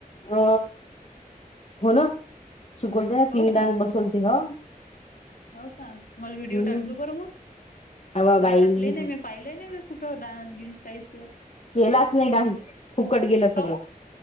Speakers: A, on the left; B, on the left.
A: अ हो ना शिकवोलते ना
B: हो
A: तीन
B: का
A: डान्स बसवून तीन
B: हो का? मला व्हिडिओ
A: हम्म
B: टाकजो बरं मग त
A: अवा बाई
B: आता टाकलं नाही, मी पाहिलं नाही. कुठं डान्स गिनस काहीच
A: केलाच नाही डान्स फुकट गेलं
B: काऊ
A: सगळं.